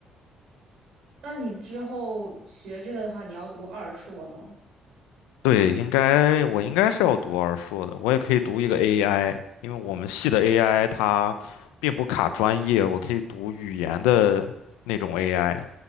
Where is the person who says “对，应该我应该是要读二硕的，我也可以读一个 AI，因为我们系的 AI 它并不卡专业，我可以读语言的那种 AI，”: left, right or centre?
Left